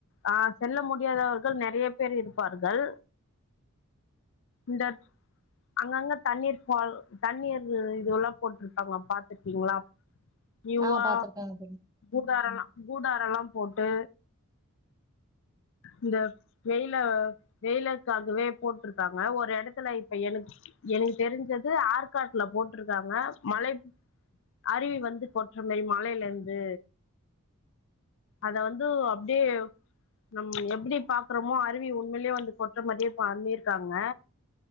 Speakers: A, on the left (about 60°); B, on the right (about 15°).
A: அ செல்ல முடியாதவர்கள் நெறைய பேரு இருப்பார்கள் இந்தட் அங்கங்க தண்ணீர் ஃபால் தண்ணீர் இ இதுவெல்லா போட்ருக்காங்களா பா ப்பீங்களா இவவா
B: ஆ பாத்துருக்கேங்க தோழி
A: உதாரண கூடாரலா போட்டு இந்த வெயில வெயிலுக்காகவே போட்ருக்காங்க ஒரு எடத்துல இப்ப எனக்கு எனக்கு தெரிஞ்சது ஆற்காட்ல போட்ருக்காங்க மலை அருவி வந்து கொட்ற மாரி மலையில இருந்து அத வந்து அப்டியே நம் எப்புடி பாக்குறோமோ அருவி உண்மயிலே வந்து கொட்ற மாதியே பண்ணிருக்காங்க